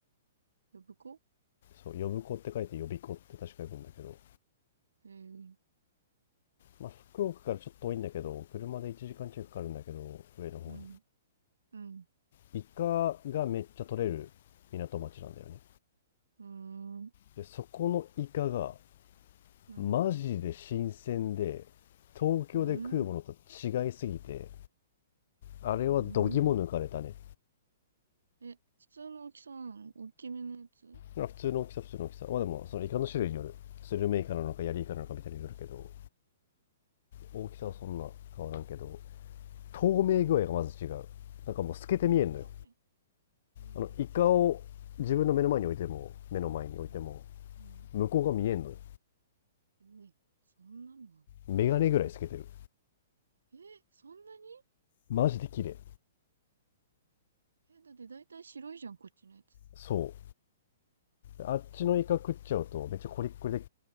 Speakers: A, on the right (about 85°); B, on the left (about 60°).
A: 予備校
B: そう呼ぶ子って書いて呼び子って確か呼ぶんだけど
A: えー
B: まあ、福岡からちょっと遠いんだけど、車で1時間近くかかるんだけど、上の方に。
A: うん、うん、
B: イカがめっちゃ取れる港町なんだよね。
A: うーん、
B: でそこのイカが
A: うん、
B: マジで新鮮で東京で食うものと違いすぎて
A: うん、
B: あれはどぎも抜かれたね
A: そんな。え、普通の大きさなの大きめのやつうん、
B: 普通の大きさ普通の大きさまあでもそのイカの種類によるスルメイカなのかヤリイカなのかみたいによるけど大きさはそんな変わらんけど透明具合がまず違うなんかもう透けて見えんのよ
A: うん、そうめん。へえ。
B: あのイカを自分の目の前に置いても目の前に置いても
A: うん。うん。
B: 向こうが見えんのよ
A: ええ、そんなのあん
B: メガネぐらい透けてる
A: えー、そんなに
B: マジで綺麗
A: え、だって大体白いじゃん、こっちのやつ。
B: そうあっちのイカ食っちゃうとめっちゃコリッコリで